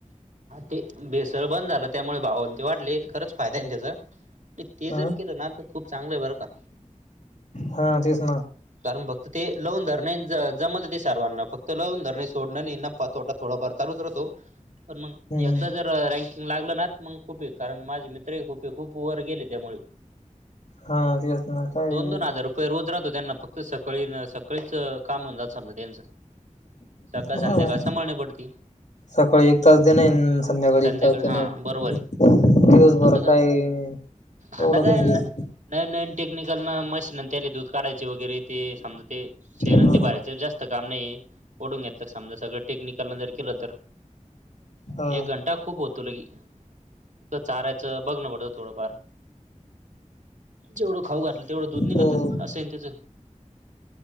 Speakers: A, on the right; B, on the left.
A: ते भेसळ बंद झालं त्यामुळे भावंती वाडले खरंच फायदा आहे ना त्याचा. ते
B: ह
A: जर केलं ना तर खूप चांगलं आहे बरं का.
B: हा तेच ना
A: कारण फक्त ते लवून धरणे ज जमत ते सर्वांना, फक्त लवून धरणे सोडणं नाही ना नाफा तोटा थोडफार चालुच राहतो पण मंग
B: हम् हम्
A: एकदा जर रँकिंग लागलं ना मंग. खूपे कारण माझे मित्रही खूपे खूप वर गेले त्यामुळे.
B: हा तेच ना काये
A: दोन दोन हजार रोज राहतो त्यांना फक्त सकाळी न सकाळीच <unintelligible> समजा त्यांचा. सकाळ
B: हा
A: संध्याकाळ समाण्या पडती.
B: सकाळी एक तास दे नाही संध्याकाळी
A: संध्याकाळ
B: एक तास
A: हा
B: दे नाही.
A: बरोबर
B: दिवसभर
A: आहे आता ग
B: काय एवढं
A: आता काय
B: गुंगी
A: न
B: असती.
A: नवीन नवीन टेक्निकलनं मशीन त्याले दूध काढायचे वगैरे ते समजा ते शेनन
B: हा
A: ते भरायचं जास्त काम नाही ओढून घेतलं समजा सगळं टेक्निकल जर के तर
B: हा
A: एक घं टा खूप होतो लगे चाारायचं बघ न पडत थोडंफार. जेवढं खाऊ घातलं तेवढं दूध निघतं
B: हो हो
A: असंय त्यांचं.